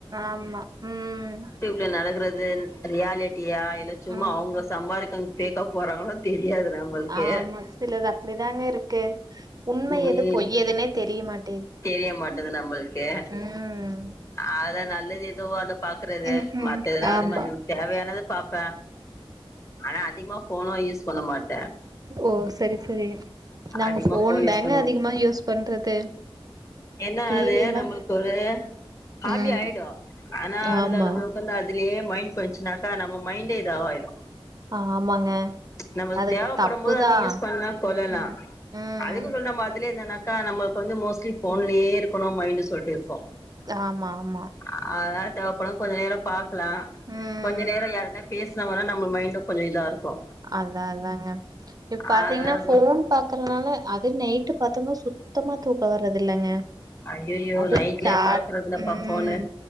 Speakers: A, on the right (about 40°); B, on the left (about 30°).
A: ஆமா ம்
B: <unintelligible> நடக்றது ரியாலிட்டியா இல்ல சும்மா
A: ம்
B: அவுங்க சம்பாரிக்கங் ஃபேக்கா போறாங்களோ தெரியாது நம்மளுக்கு
A: ஆமா சிலது அப்டிதாங்க இருக்கு உண்ம
B: ம்
A: எது பொய் எதுன்னே தெரியமாட்
B: தெரிய மாட்டுது நம்பள்க்கே
A: ம்
B: அத நல்லது எதோ அத பாக்கறது
A: ம்
B: மத்ததுஎதா
A: ம் ஆமா
B: அதுமா தேவயானத பாப்ப ஆனா அதிகமாக ஃபோனு யூஸ் பண்ண மாட்
A: ஓ சரி சரி நாங்க
B: அதிகமா
A: ஃபோன்
B: யூஸ்
A: தாங்க
B: பண்ணுவோ
A: அதிகமா யூஸ் பண்றது
B: ஏன்னா
A: டிவி
B: அது
A: எல்லா
B: நம்மளுக்கு ஒரு ஹாபி
A: ம்
B: ஆய்டு ஆனா அதுல
A: ஆமா
B: நம்மள்க்கு வந்து அதுலயே மைண்ட் போய்ச்னா தா நம்ம மைண்டே இதாவாய்டு
A: ஆமாங்க
B: நமக்
A: அதுக்கு
B: தேவப்படும்போது
A: தப்புதா
B: அத யூஸ் பண்னா போதா
A: ம்
B: தா
A: ம் ம்
B: அதுக்கு சொன்ன மாத்துலே இருந்தனாக்கா நம்ம இப்ப வந்து மோஸ்ட்லி ஃபோன்லயே
A: ம்
B: இருக்கணு மைண்டு சொல்ட்டிருக்கு
A: ஆமா ஆமா
B: அ அதனால தேவப்படு கொஞ்ச நேரோ பாக்கலா
A: ம்
B: கொஞ்ச நேரோ யார்ட்னா பேஸ்னா கூட நம்ம மைண்டு கொஞ்சோ இதா இருக்கு
A: அதா அதாங்க இப் பாத்தீங்னா
B: அதனால
A: ஃபோன் ஃபோன் பாக்கறனால அது நைட்டு பாத்தம்னா சுத்தமா தூக்கோ வரதில்லங்க
B: ஐயையோ
A: அது
B: நைட்லயே
A: சாட்
B: பாக்குறதுலப்பா
A: ம்
B: ஃபோனு